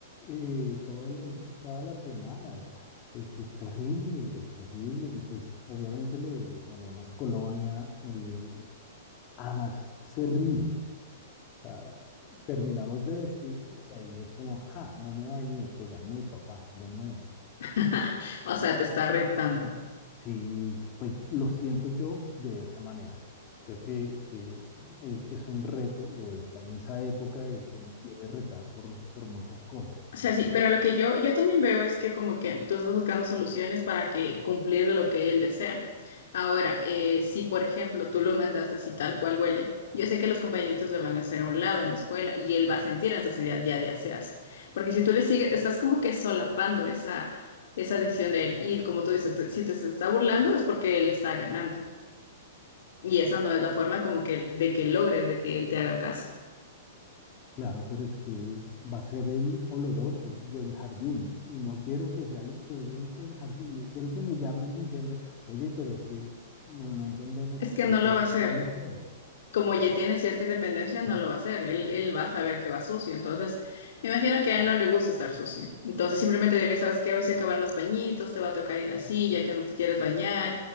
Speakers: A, on the left; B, on the left.
A: eh, todos los- todas las semanas. Es que es terrible, es terrible. Y pues obviamente le, le ponemos colonia, eh, amas, cerril. O sea, terminamos de vestirlo y ahí es como, ja, no me bañé, te gané, papá, de nuevo.
B: <laughs> O sea, te está retando.
A: Sí, pues lo siento yo de esa manera. Creo que, que es, es un reto o está en esa época de que me quiere retar por, por muchas cosas.
B: O sea,
A: Entonces,
B: sí, pero lo que yo, yo también veo es que como que tú estás buscando soluciones para que cumplir lo que él desea. Ahora, eh, si por ejemplo tú lo mandas así tal cual huele, yo sé que los compañeritos le van a hacer a un lado en la escuela y él va a sentir esa necesidad ya de asearse. Porque si tú le sigues, estás como que solapando esa, esa decisión de él. Y como tú dices, te- si te se está burlando es porque él está ganando. Y esa no es la forma como que de que logres de que él te haga caso.
A: claro, pero es que va a ser el oloroso del jardín y no quiero que sea el oloroso del jardín. No quiero que me llamen diciendo, oye, pero es que no, no entendemos
B: Es
A: por
B: que
A: qué
B: no
A: tu
B: lo va
A: hijo
B: a hacer.
A: huele feo".
B: como ya tiene cierta independencia, no lo va a hacer. Él, él va a saber que va sucio. Entonces, me imagino que a él no le gusta estar sucio. Entonces, simplemente dile, sabes qué, hoy se acabaron los pañitos, te va a tocar ir así, ya que no te quieres bañar.